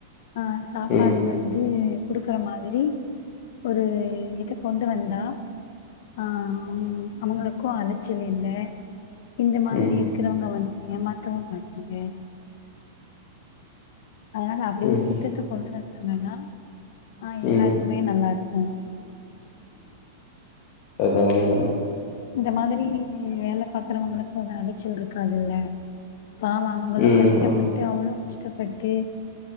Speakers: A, on the left (about 60°); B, on the left (about 40°).
A: ஆ சாப்பாடு
B: ம் ம்
A: வந்து குடுக்குற மாதிரி ஒரு இது கொண்டு வந்தா ஆஹ் உம் அவுங்களக் -க்கும் அலச்சல் இல்ல இந்த மாதிரி
B: ம்
A: இருக்கிறவங்க வந் ஏமாத்தவும் மாட்டாங்க அதனால அப்பிடி
B: ம்
A: ஒரு திட்டத்தக் கொண்டு வந்தாங் என்னன்னா ஆஹ் எல்லார்க்குமே
B: ம்
A: நல்லா இருக்கும்
B: அதாங் மேடம்
A: இந்த மாதிரி வேலப் பாக்குறவங்களுக்கும் அந்த அடிக்ச்சல் இருக்காதுல்ல பாவம் அவங்களும்
B: ம்
A: கஷ்டப்பட்டு
B: ஆ
A: அவளும் கஷ்டப் பட்டு